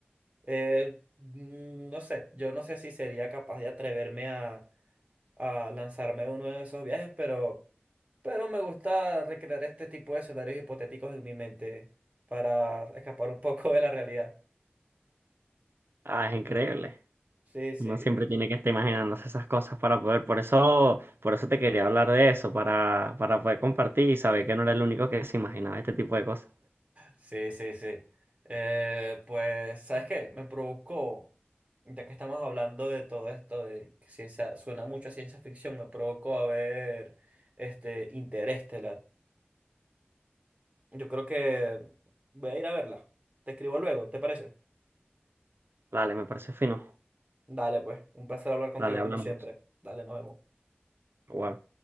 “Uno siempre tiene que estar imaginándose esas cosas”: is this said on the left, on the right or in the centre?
Right